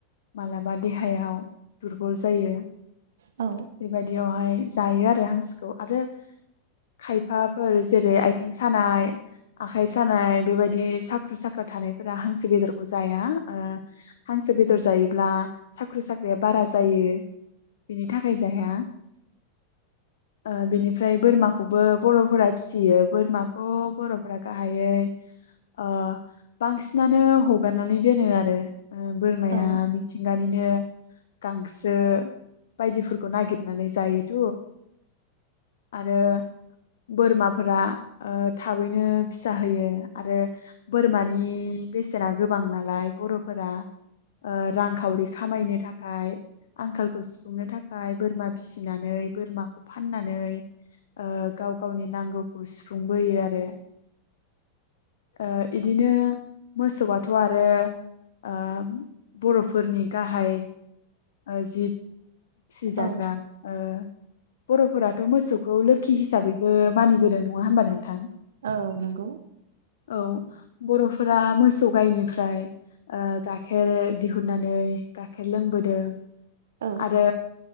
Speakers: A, on the left; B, on the right.
A: मालाबा देहायाव दुरबल जायो।
B: औ
A: बेबायदियावहाय जायो आरो बे हांसोखौ आरो खायफा फोर जेरै आयथिं सानाय आखाइ सानाय बेबायदि साख्रु साख्रा थानायफोरा हांसो बेदरखौ जाया। ओ हांसो बे बेदर जायोब्ला साख्रु साख्राया बारा जायो। बिनि थाखाय जाया ओ बिनिफ्राय बोरमाखौबो बर'फोरा फिसियो बोरमाखौ बर'फोरा गाहायै ओ बांसिनानो हगारनानै दोनो आरो। ओ बोरमाया
B: औ
A: मिथिंगानिनो गांसो बायदिफोरखौ नागिरनानै जायोथ आरो बोरमाफोरा ओ थाबैनो फिसा होयो आरो बोरमानि बेसेना गोबां नालाय बर'फोरा ओ रांखावरि खामायनो थाखाय आंखालखौ सु फुंनो थाखाय बोरमा फिसिनानै बोरमाखौ फाननानै ओ गाव गावनि नांगौखौ सुफुंबोयो आरो ओ इदिनो मोसौआथ आरो ओ बर'फोरनि गाहाय ओ जिब। फिसिजाग्रा
B: औ
A: ओ बर'फोराथ मोसौखौ लोखि हिसाबैबो मानिबोदो नङा होमबा नोंथां।
B: ओउ नोंगौ।
A: औ बर'फोरा मोसौ गायनिफ्राय ओ गाइखेर दिहुननानै गाइखेर लोंबोदों।
B: औ
A: आरो